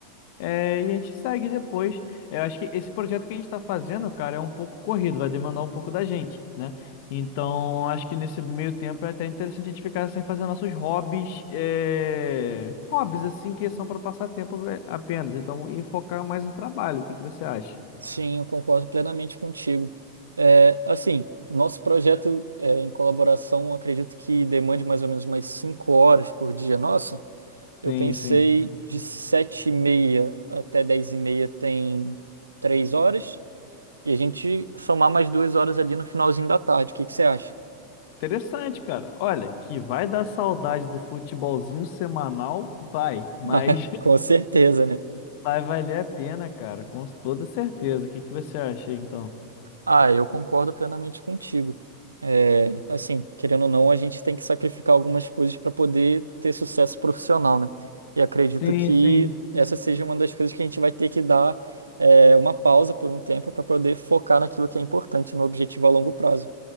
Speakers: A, on the left; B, on the right.
A: É, e a gente segue depois. É, Eu acho que esse projeto que a gente está fazendo, cara, é um pouco corrido, vai demandar um pouco da gente, né? Então, acho que nesse meio tempo é até interessante a gente ficar sem fazer nossos hobbies, é, hobbies assim que são para passar tempo é, apenas. Então, e focar mais em trabalho. O que que você acha?
B: Sim, eu concordo plenamente contigo. É, assim, nosso projeto é, em colaboração, acredito que demande mais ou menos umas cinco horas por dia nossa. Eu
A: Sim,
B: pensei
A: sim.
B: de sete e meia até dez e meia tem 3 horas. E a gente somar mais duas horas ali no finalzinho da tarde. O que que você acha?
A: Interessante, cara. Olha, que vai dar saudade do futebolzinho semanal, vai. Mas
B: <laughs> Com certeza, né?
A: <laughs> vai valer a pena, cara, com toda certeza. O que que você acha, então?
B: Ah, eu concordo plenamente contigo. É, assim, querendo ou não, a gente tem que sacrificar algumas coisas para poder ter sucesso profissional, né? E acredito
A: Sim,
B: que
A: sim.
B: essa seja uma das coisas que a gente vai ter que dar, é, uma pausa por um tempo para poder focar naquilo que é importante, no objetivo a longo prazo,